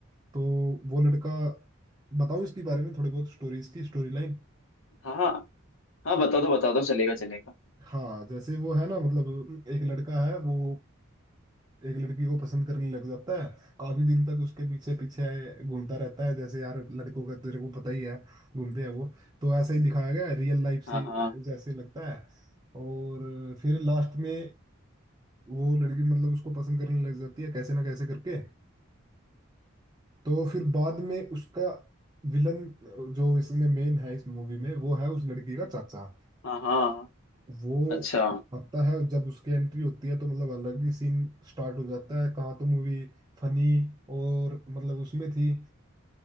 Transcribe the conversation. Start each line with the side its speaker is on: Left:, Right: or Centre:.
Right: तो वो लड़का बताऊं इसके बारे में थोड़ी बहुत स्टोरीज की स्टोरी लाइन
Left: हाँ हाँ हाँ बता दो बता दो चलेगा चलेगा
Right: हाँ जैसे वो है ना मतलब एक लड़का है वो एक लड़की को पसंद करने लग जाता है काफी दिन तक उसके पीछे पीछे घूमता रहता है जैसे यार लड़कों का तेरे को पता ही है घूमते हैं वो तो ऐसा ही दिखाया गया है रियल लाइफ
Left: हाँ
Right: से
Left: हाँ
Right: जैसे लगता है और फिर लास्ट में वो लड़की मतलब उसको पसंद करने लग जाती है कैसे ना कैसे करके तो फिर बाद में उसका विलन जो इसमें मेन है इस मूवी में वो है उस लड़की का चाचा
Left: हाँ हाँ हाँ हाँ।
Right: वो
Left: अच्छा
Right: आता है जब उसकी एंट्री होती है तो मतलब अलग ही सीन स्टार्ट हो जाता है कहाँ तो मूवी फनी और मतलब उसमें थी